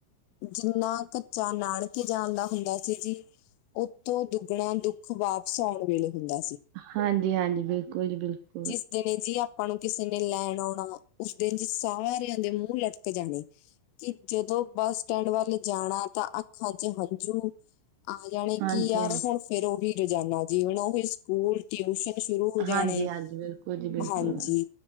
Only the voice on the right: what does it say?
ਹਾਂਜੀ-ਹਾਂਜੀ, ਬਿਲਕੁਲ ਜੀ ਬਿਲਕੁਲ।
ਹਾਂਜੀ
ਹਾਂਜੀ
ਹਾਂਜੀ ਬਿਲਕੁਲ ਜੀ। ਬਿਲਕੁਲ